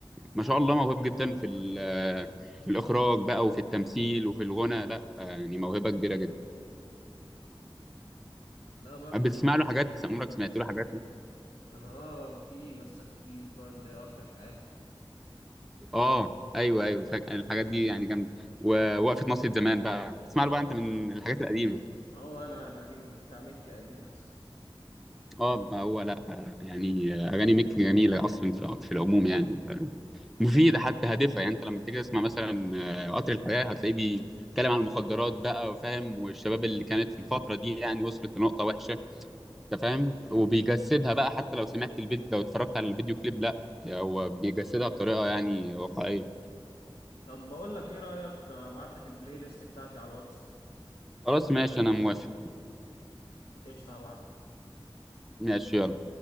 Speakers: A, in the centre; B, on the left.
A: ما شاء الله موهوب جدا في ال- في الاخراج بقى وفي التمثيل وفي الغنى لا يعني موهبه كبيره جدا
B: لا برضو
A: بتسمع له حاجات عمرك سمعت له حاجات
B: انا اه في بس خفيف بقى اللي قطر الحياة
A: اه ايوه ايوه فاك- الحاجات دي يعني جامده ووقفه ناصية زمان بقى بتسمع
B: آه،
A: له بقى انت من الحاجات القديمه
B: ما هو انا القديم بتاع مكة قديم احسن
A: اه ما هو لا يعني اغاني ميك جميله اصلا في في العموم يعني ف- مفيده حتى هادفه يعني انت لما تيجي تسمع مثلا آه، قطر الحياه هتلاقيه بيتكلم عن المخدرات بقى وفاهم والشباب اللي كانت في الفتره دي يعني وصلت لنقطه وحشه انت فاهم وبيجسدها بقى حتى لو سمعت الفيديو لو اتفرجت على الفيديو كليب لا هو بيجسدها بطريقه يعني واقعيه
B: طب بقول لك ايه رأيك آه، ابعت لك البلاي ليست بتاعتي على الواتس
A: خلاص ماشي انا موافق
B: قشطة هبعت لك
A: ماشي يلا